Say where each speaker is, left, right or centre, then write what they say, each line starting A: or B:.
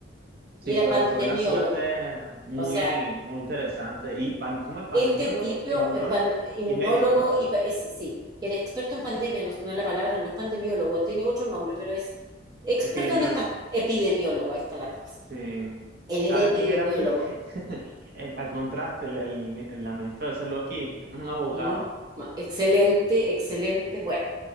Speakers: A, on the right (about 55°); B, on the right (about 20°).
A: Sí,
B: y era
A: fue,
B: pandemiólogo.
A: fue una suerte muy,
B: O sea,
A: muy interesante. Y pan- ¿cómo es? Pandemiólogo,
B: este tipo,
A: inmunólogo
B: es pan- inmunólogo,
A: y médico, ¿no?
B: y, pa- es- sí, era experto en pandemia, no, no es la palabra, no es pandemiólogo, tiene otro nombre, pero es experto
A: Epidemiólogo.
B: en estas, epidemiólogo, ahí está la cosa.
A: Sí.
B: Él
A: ¿Sabes
B: era epidemiólogo,
A: quién era aquí? <laughs> El- al contraste, el, el, el administrador de salud aquí, un abogado.
B: ¿no? No, excelente, excelente. Bueno,